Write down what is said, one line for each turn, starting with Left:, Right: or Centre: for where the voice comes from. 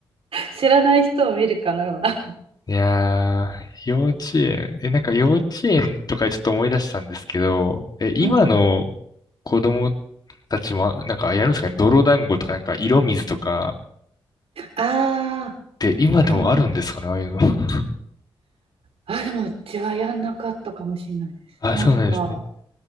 Right: 知らない人を見るかのような。
Left: いやー、幼稚園、え、なんか幼稚園とかちょっと思い出したんですけど、え、今の
Right: うん。
Left: 子供たちも、なんかやるんですかね、泥団子とか、なんか色水とか、
Right: あ
Left: って今でもあるんですかね、
Right: ー、あん、
Left: ああいうの。<laughs>
Right: あ、でもうちはやんなかったかもしれないです。
Left: あ、
Right: なんか、
Left: そうなんですね。